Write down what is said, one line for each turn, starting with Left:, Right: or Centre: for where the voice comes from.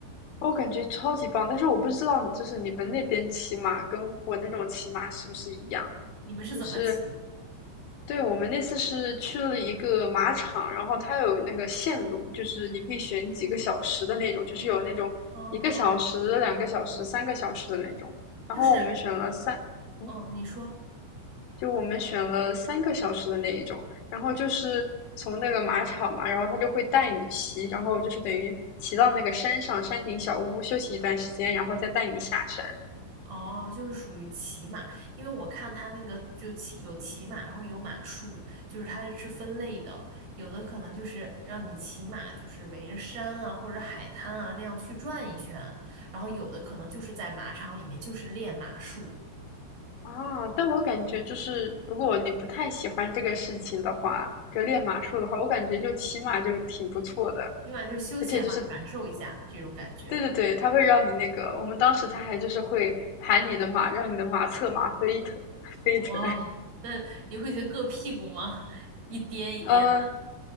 Left: 我感觉超级棒，但是我不知道就是你们那边骑马跟我那种骑马是不是一样，
Right: 你们是怎么骑？
Left: 就是对，我们那次是去了一个马场，然后它有那个线路，就是你可以选几个小时的那种，就是有那种一个小时、
Right: 哦，
Left: 两个小时、三个小时的那种。然后我们选了三，
Right: 就是，
Left: 嗯，
Right: 嗯，你说。
Left: 就我们选了三个小时的那一种。然后就是从那个马场嘛，然后他就会带你骑，然后就是等于骑到那个山上山顶小屋休息一段时间，然后再带你下山。
Right: 哦，就是属于骑马，因为我看它那个就骑有骑马，然后有马术，就是它是分类的，有的可能就是让你骑马，就是围着山啊或者海滩啊那样去转一圈，然后有的可能就是在马场里面就是练马术，
Left: 啊，但我感觉就是，如果你不太喜欢这个事情的话，就练马术的话，我感觉就骑马就挺不错的，
Right: 起码就是休闲嘛，
Left: 而且就是，
Right: 感受一下这种感觉。
Left: 对对对，它会让你那个，我们当时他还就是会喊你的马，让你的马侧马飞腾飞腾，
Right: 哇，那你会觉得硌屁股吗？一颠一颠的，
Left: 呃，